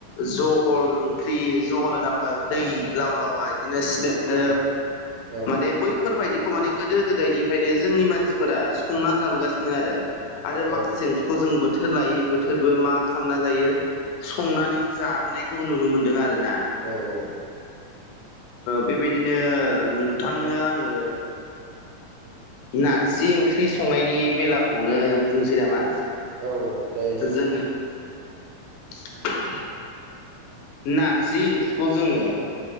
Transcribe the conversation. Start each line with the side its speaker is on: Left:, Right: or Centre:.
Left: जहल फख्रि जहल होन नामो दै लाव लावा बिदिनो सिदोबदोब
Right: औ औ
Left: माने बै बेफोरबायदिखौ माने गोदो गोदायनिफ्रायनो जोंनि मानसिफोरा संना जाबोगासिनो आरो आरो
Right: औ
Left: माखासे ओंख्रिखौ जों बोथोर लायै बोथोर मा खालामना जायो संनानै जाबोनायखौ जों खौ नुनो मोन्दों आरोना
Right: औ औ
Left: बेबायदिनो नोंथांनो आङो नारजि ओंख्रि संनायनि बेलाखौनो बुंसै नामा
Right: औ औ जायो नोंथां
Left: जोङो <inaudible> नारजि ओंख्रिखौ जोङो